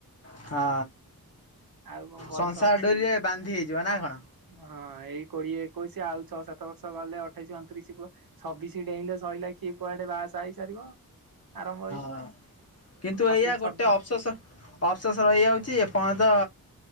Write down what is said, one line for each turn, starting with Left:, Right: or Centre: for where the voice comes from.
Left: ହଁ
Right: ଆଉ କଣ ବୟସ
Left: ସଂସାର
Right: ଅଛି
Left: ଡୋରିରେ ବାନ୍ଧି ହେଇଯିବା ନା କଣ?
Right: ହଁ ଏଇ କୋଡିଏ ଏକୋଇଶି ଆଉ ଛଅ ସାତ ବର୍ଷ ଗଲେ ଅଠେଇଶି ଅଣତିରିଶ ଛବିଶି ଡେଇଁଲେ ସରିଲା ଖିଏ କୁଆଡେ ବାହାସ ହେଇସାରିବ। ଆରମ୍ଭ ହେଇଯିବ।
Left: ହଁ କିନ୍ତୁ
Right: ପଚିଶ
Left: ଏଇଆ
Right: ଛବ
Left: ଗୋଟେ ଅଫସେଷ ଅଫସେସ ଏଇଆ ହଉଛିଞ୍ଚ। ତ